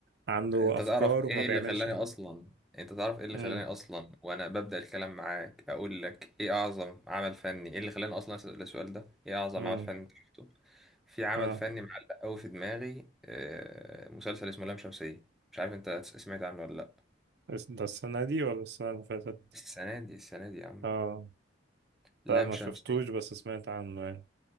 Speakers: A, on the right (about 60°); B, in the centre.
A: عنده
B: انت
A: أفكار
B: تعرف ايه
A: وما بيعملش
B: اللي خلاني اصلا انت تعرف ايه اللي
A: امم
B: خلاني اصلا وانا ببدأ الكلام معاك اقول لك ايه اعظم عمل فني ايه اللي خلاني اصلا اسأل السؤال ده ايه اعظم
A: امم
B: عمل فني انت شفته في عمل
A: اه
B: فني معلق قوي في دماغي آه، مسلسل اسمه لام شمسية مش عارف انت س- سمعت عنه ولا لا
A: بس ده السنة دي ولا السنة اللي فاتت؟
B: السنة دي السنة دي يا عم
A: اه
B: لام
A: لا ما
B: شمسية
A: شفتوش بس سمعت عنه يعني